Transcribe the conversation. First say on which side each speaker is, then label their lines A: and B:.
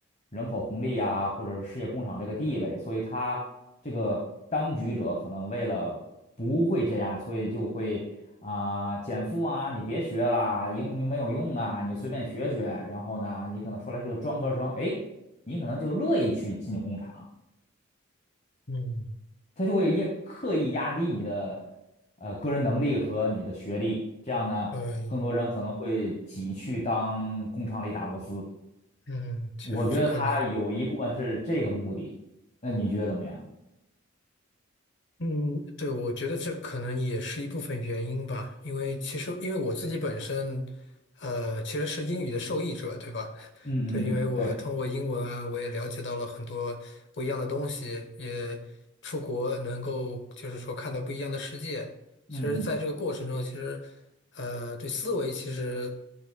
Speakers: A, on the left; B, on the left.
A: 人口红利啊，或者是世界工厂这个地位，所以他这个当局者可能为了不会这样，所以就会啊、减负啊，你别学啦，英语没有用啊，你随便学学，然后呢，你可能出来是个专科生，哎，你可能就乐意去进工厂。
B: 嗯，
A: 他就会压刻意压低你的呃个人能力和你的学历，这样呢，
B: 对，
A: 更多人可能会挤去当工厂里打螺丝。
B: 嗯，确实这可能，
A: 我觉得他有一部分是这个目的，那你觉得怎么样？
B: 嗯，对，我觉得这可能也是一部分原因吧，因为其实因为我自己本身，呃，其实是英语的受益者，对吧？
A: 嗯嗯嗯，
B: 对，因为我通过英文啊，
A: 对，
B: 我也了解到了很多不一样的东西，也出国能够就是说看到不一样的世界。其实，
A: 嗯嗯
B: 在这个过程中，其实呃，对思维其实